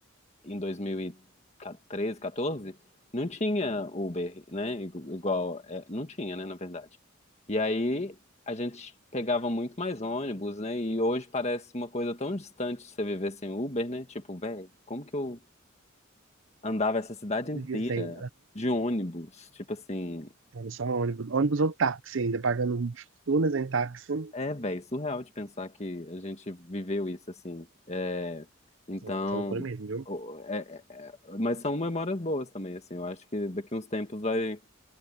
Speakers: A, on the left; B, on the right.
A: em 2013, 14, não tinha Uber, né? Igu- Igual. é, não tinha, né? Na verdade. E aí a gente pegava muito mais ônibus, né? E hoje parece uma coisa tão distante de você viver sem Uber, né? Tipo, véi, como que eu andava essa cidade
B: como
A: inteira
B: que vivia sem?
A: de ônibus? Tipo assim.
B: Era só ônibus. Ônibus ou táxi ainda, pagando fortunas em táxi.
A: É, velho, surreal de pensar que a gente viveu isso, assim. É, então,
B: Então, loucura mesmo, viu?
A: o- é- é- é- mas são memórias boas também, assim. Eu acho que daqui uns tempos vai,